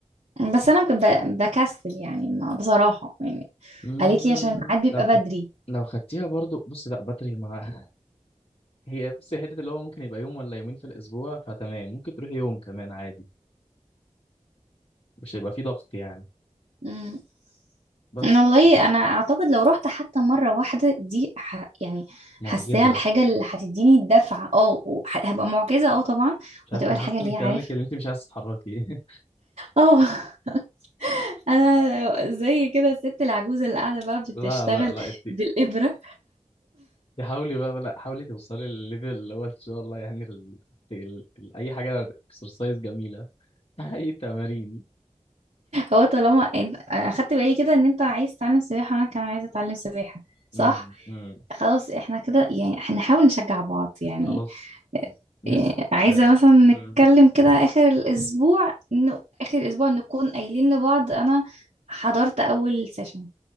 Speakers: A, on the right; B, on the left.
A: بس انا ب- بكسل يعني ما بصراحة يعني
B: مم،
A: قالت لي عشان الميعاد بيبقى
B: لو خدت
A: بدري
B: لو خدتيها برضو بص لا بدري ما <laughs> هي بصي حته اللي هو ممكن يبقى يوم ولا يومين في الاسبوع فتمام ممكن تروحي يوم كمان عادي مش هيبقى فيه ضغط يعني
A: مم.
B: بس
A: انا والله
B: آه،
A: انا اعتقد لو رحت حتى مرة واحدة دي ح... يعني
B: معجزه
A: حاساها الحاجة اللي هتديني الدفعة اه وح- هبقى معجزة اه طبعا
B: مش عارف
A: وهتبقى
B: انا
A: الحاجة
B: حاسس
A: اللي
B: من كلامك
A: هي عارف
B: اللي انت مش عايز تتحركي
A: اه <laughs> انا زي كده الست العجوزة اللي قاعدة بقى بتشتغل
B: لا لا لا انت
A: بالإبرة
B: انت حاولي بقى لا حاولي توصلي للليفل اللي هو ان شاء الله يعني ال... ال... ال... اي حاجه اكسرسايز جميله <laughs> اي تمارين
A: هو طالما انت انا اخدت بالي كده ان انت عايز تتعلم سباحة وانا كمان عايزة اتعلم سباحة صح
B: امم امم
A: خلاص احنا كده يعني هنحاول نشجع بعض يعني
B: خلاص نظبط
A: إيه، عايزة مثلا
B: امم
A: نتكلم كده آخر الأسبوع إنه آخر الأسبوع نكون قايلين لبعض أنا حضرت أول سيشن